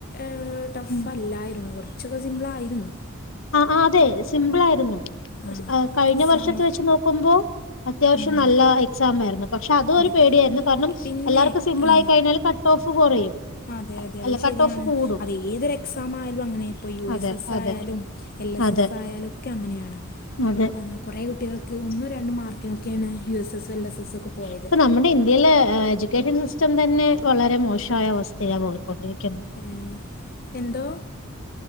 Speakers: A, on the left (about 45°); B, on the left (about 70°).
A: ഏഹ് ടഫ്
B: ഉം
A: അല്ലായിരുന്നു കൊർ ച്ചൊക്കെ സിംബ്ലായിരുന്നു
B: ആ ആ അതെ സിംമ്പിളായിരുന്നു ഓസ്
A: ആ
B: ആഹ് കഴിഞ്ഞ
A: എക്സാമ്
B: വർഷത്തെ വെച്ച് നോക്കുമ്പോ അത്യാവശ്യം
A: ഉം
B: നല്ലാ എക്സാംമ <inaudible> <unintelligible> പക്ഷെ അതും
A: അതെ
B: ഒരു പേടിയായിരുന്നു കാരണം
A: പിന്നെ
B: എല്ലാവർക്കും സിമ്പിൾ
A: ആ
B: ആയി കഴിഞ്ഞാല് കട്ട് ഓഫ് <inaudible> <unintelligible>
A: അതെ അതെ
B: അല്ല
A: അത്
B: കട്ട്
A: ശരിയാണ്
B: ഓഫ് കൂടും
A: അത് ഏതൊരു എക്സാം ആയാലും അങ്ങനെ ഇപ്പൊ യു
B: അതെ
A: എസ് എസ്
B: അതെ
A: ആയാലും എൽ എസ്
B: അതെ
A: എസ് ആയാലൊക്കെ അങ്ങനെയാണ്
B: അതെ
A: കുറെേ കുട്ടികൾക്ക് ഒന്നും രണ്ട് മാർക്കിനോക്കെയാണ് U S S L S S ഒക്കെ പോയത്
B: ഇപ്പൊ നമ്മുടെ ഇന്ത്യയിലെ എഡ്യൂക്കേഷൻ സിസ് ഇഷ്ടം തന്നെ വളരെ മോശമായ അവസ്ഥയാാണ് പോ <unintelligible> ണ്ടിരിക്കുന്നു
A: ഏ, എന്തോ